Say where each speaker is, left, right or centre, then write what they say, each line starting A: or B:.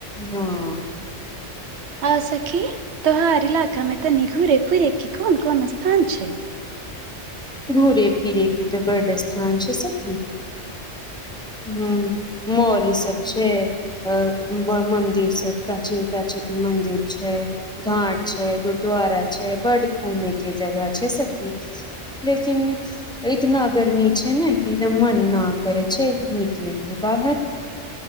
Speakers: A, in the centre; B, on the right (about 65°).
A: हँ
B: हँ सखी तोहार इलाका मे तनी घुरे फुरे की कोन कोन स्थान छै
A: घुरे फीरे क त बड स्थान छै सखी ह मॉल ई सब छै अ मन्दिर सब प्राचीन प्राचीन मन्दिर छै घाट छै गुरुद्वारा छै बड घूम के जगह छै सखी लेकिन इतना गर्मी छै ने किदम मन न करै छै निकले के बाहर